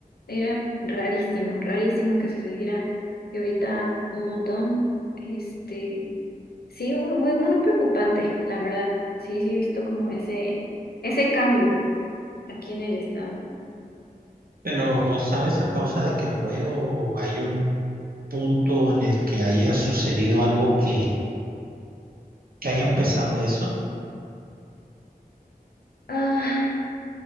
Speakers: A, on the left; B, on the right.
A: era rarísimo, rarísimo que sucediera. Y ahorita un montón, este, sí, muy, muy muy preocupante, la verdad. Sí, sí, he visto como ese, ese cambio aquí en el estado.
B: Pero ¿sabes a causa de qué fue o hay un punto en el que haya sucedido algo que, que haya empezado eso?
A: Ah,